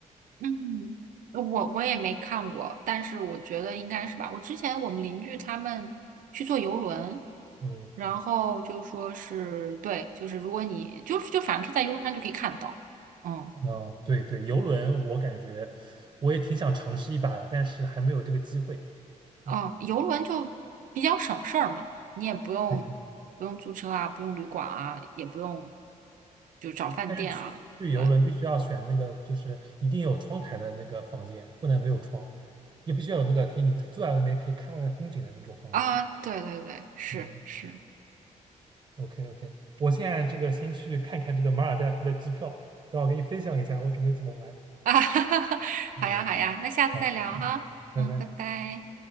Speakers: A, on the right; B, on the right.
A: 嗯，我我也没看过，但是我觉得应该是吧。我之前我们邻居他们去坐游轮，
B: 嗯
A: 然后就说是对，就是如果你就是就反正可以在游轮上就可以看到，嗯
B: 嗯，呃对对，游轮我感觉我也挺想尝试一把的，但是还没有这个机会，
A: 嗯，
B: 嗯。
A: 游轮就比较省事儿嘛，你也不用不用租车啊，
B: 对对。
A: 不用旅馆啊，也不用就找饭店啊，
B: 但是去去游轮必须要选那个，
A: 对
B: 就是一定有窗台的那个房间，不能没有窗，也必须要有那个可以你坐在外面可以看外面风景的那种房间。
A: 啊，对对对，是是。
B: 嗯，OK OK，我现在这个先去看看这个马尔代夫的机票，等会儿给你分享一下我准备怎么玩。
A: 啊，<laughs> 哈哈哈，
B: 嗯，
A: 好呀好呀，那下次再聊哈，
B: 好，嗯，拜拜。
A: 嗯，拜拜。